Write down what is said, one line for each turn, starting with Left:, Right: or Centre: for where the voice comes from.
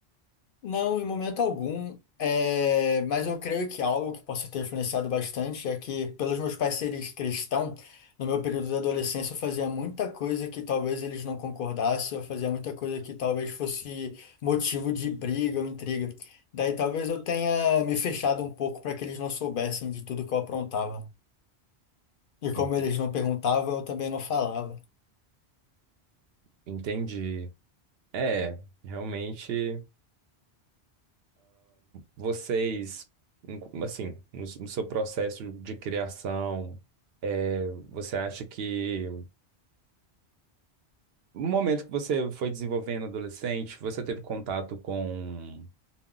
Left: Não, em momento algum. É, mas eu creio que algo que possa ter influenciado bastante é que, pelos meus pais serem cristãos, no meu período de adolescência eu fazia muita coisa que talvez eles não concordassem, eu fazia muita coisa que talvez fosse motivo de briga ou intriga. Daí talvez eu tenha me fechado um pouco para que eles não soubessem de tudo que eu aprontava. E
Right: Ente-
Left: como eles não perguntavam, eu também não falava.
Right: Entendi. É, realmente. Vocês, em- assim, no, no seu processo de criação, eh, você acha que no momento que você foi desenvolvendo adolescente, você teve contato com,